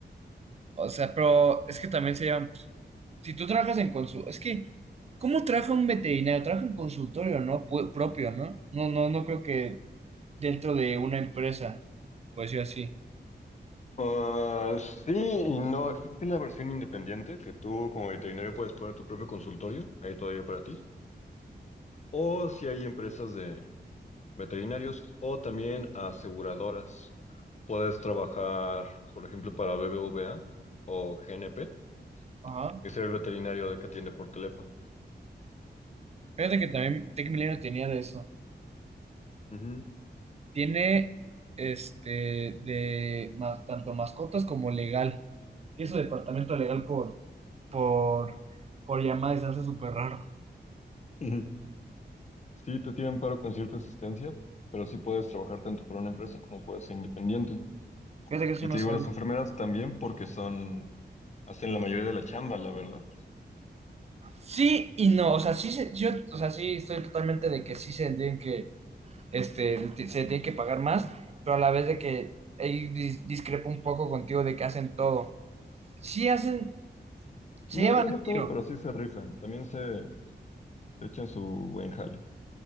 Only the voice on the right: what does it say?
O sea, pero es que también se llevan. pues, si tú trabajas en consultorio, es que, ¿cómo trabaja un veterinario? Trabaja en consultorio, ¿no? Pu- propio, ¿no? No, no, no creo que dentro de una empresa, por decirlo así.
Ajá.
Fíjate que también Tech Milenio tenía de eso.
Tiene este de ma- tanto mascotas como legal. Tiene su departamento legal por, por, por llamada y se me hace súper raro.
Fíjate que eso
yo
no sabía.
Sí y no, o sea, sí, se- yo, o sea, sí estoy totalmente de que sí se tienen que, este, ti- se tiene que pagar más, pero a la vez de que ahí dis- discrepo un poco contigo de que hacen todo. Sí hacen, se
llevan
el
tiro.